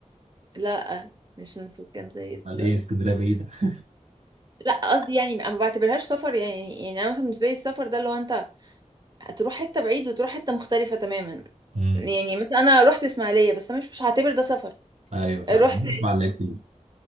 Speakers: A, on the right; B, on the right.
A: لا مش من سكان زايد
B: امال
A: لا
B: ايه اسكندرية بعيدة <laughs>
A: لا قصدي يعني ما بعتبرهاش سفر يعني يعني انا مثلا بالنسبة لي السفر ده اللي هو انت هتروح حتة بعيد وتروح حتة مختلفة تماما
B: امم
A: يعني مثلا انا رحت اسماعيلية بس انا مش مش هعتبر ده سفر
B: ايوه فعلا
A: رحت
B: بنسمع اللي كتير